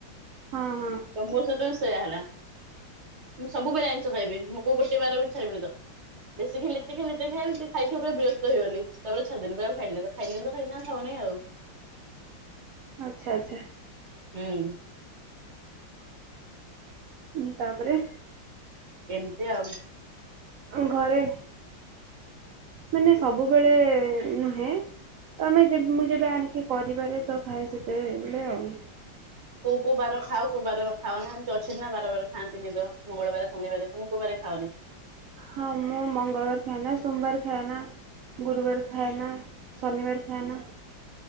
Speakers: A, on the right (about 90°); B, on the right (about 45°).
A: ହଁ ହଁ
B: ତ ମୋ ସହିତ ସେୟା ହେଲା ମୁଁ ସବୁବେଳେ ଆଇଷ ଖାଇବି ମୁଁ କଉ ଗୋଟେ ବାର ବି ଛାଡିବିନି ତ ବେଶୀ ଖାଇଲି ଏତେ ଖାଇଲେ ଏତ ଖାଇଲେ ଖାଇ ଖାଇ ପୁରା ବିରକ୍ତହେଇ ଗଲି ତାପରେ ଛାଡି ଦେନି ପୁରା ଖାଇଲି ନେଇ ତ ଖାଇଲେ ତ ଖାଇନା ହଉନି ଆଉ
A: ଆଚ୍ଛା ଆଚ୍ଛା
B: ହୁଁ
A: ଉ ତାପରେ
B: ଏମତି ଆମ
A: ଉ ଘରେ
B: <inaudible>
A: ମାନେ ସବୁବେଳେ ନୁହେଁ ତମେ ଯେ ମୁଁ ଯେବେ ଆଣିକି କରିିବାରେ ତ ଖାଏ ସେତେବେଳେ ଆଉ
B: କୋଉ କୋଉ ବାର ଖାଉ କଉ ବାର ଖାଉ ନା ଏମିତି ଅଛି ନା ବାର ବାର ଖାଆନ୍ତିତିନି ଦହ ମଙ୍ଗଳବାର ଶନିବାର ତମେ କୋଉ ବାର ଖାଉନି
A: ହଁ ମୁଁ ମଙ୍ଗଳବାର ଖାଏନା ସୋମବାର ଖାଏ ନା ଗୁରୁବାର ଖାଏନା ଶନିବାର ଖାଏନା